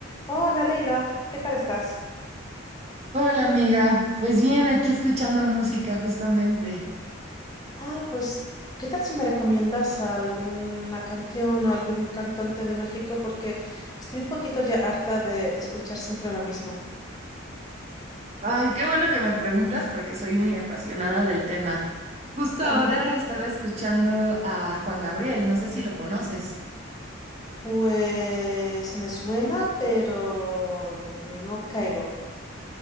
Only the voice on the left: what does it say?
Hola Leila, ¿qué tal estás?
Ah, pues, ¿qué tal si me recomiendas alguna canción o algún cantante de México? Porque estoy un poquito ya harta de, de escuchar siempre lo mismo.
Ajá,
pues me suena, pero no caigo.